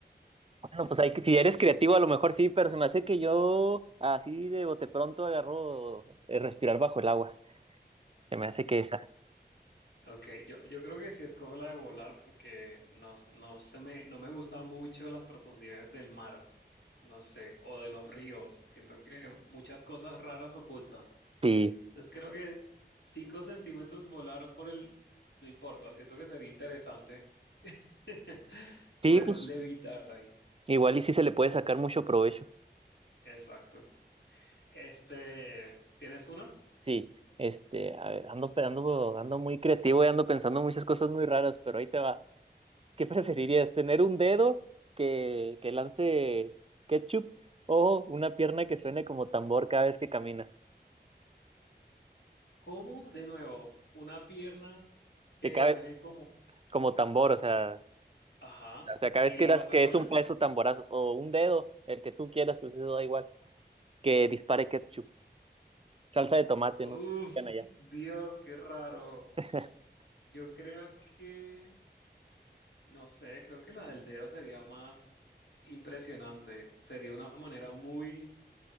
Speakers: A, on the right; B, on the left.
A: bueno, pues hay que, si eres creativo a lo mejor sí, pero se me hace que yo así de bote pronto agarro eh, respirar bajo el agua. Se me hace que esa.
B: Ok, yo, yo creo que sí escojo la de volar porque no, s- no se me, no me gustan mucho las profundidades del mar, no sé, o de los ríos. Siento que muchas cosas raras ocultan.
A: Sí,
B: Entonces creo que 5 centímetros volar por el... No importa, siento que sería interesante <laughs>
A: sí,
B: poder
A: pues
B: levitar ahí.
A: igual y sí se le puede sacar mucho provecho.
B: Exacto. Este, ¿tienes una?
A: Sí, este, a ver, ando, pe- ando, ando muy creativo y ando pensando muchas cosas muy raras, pero ahí te va. ¿Qué preferirías? ¿Tener un dedo que, que lance ketchup o una pierna que suene como tambor cada vez que camina?
B: ¿Cómo? De nuevo, una pierna que
A: Que cada,
B: suene como...
A: como tambor, o sea,
B: Ajá.
A: o sea, cada vez
B: ¿Y
A: que
B: la
A: Sí, digas
B: otra
A: que
B: cuál
A: es un
B: es?
A: peso, tamborazos, o un dedo, el que tú quieras, pues eso da igual, que dispare ketchup, salsa de tomate,
B: Uf,
A: no sé si digan allá.
B: Dios, qué raro.
A: <laughs>
B: Yo creo que, no sé, creo que la del dedo sería más impresionante. Sería una manera muy